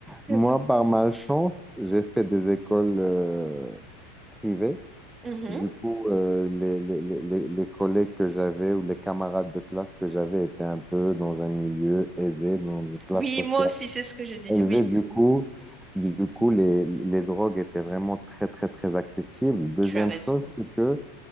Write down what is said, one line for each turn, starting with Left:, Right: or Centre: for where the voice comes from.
Right: <laughs>
Centre: Moi, par malchance, j'ai fait des écoles euh, privées.
Right: mhm.
Centre: Du coup, euh, les, les, les, les les collègues que j'avais ou les camarades de classe que j'avais étaient un peu dans un milieu aisé, dans une classe
Right: Oui,
Centre: sociale
Right: moi aussi, c'est ce que je disais.
Centre: élevée.
Right: Oui,
Centre: Du coup, du, du coup les, les drogues étaient vraiment très, très, très accessibles. Deuxième
Right: tu as raison.
Centre: chose, c'est que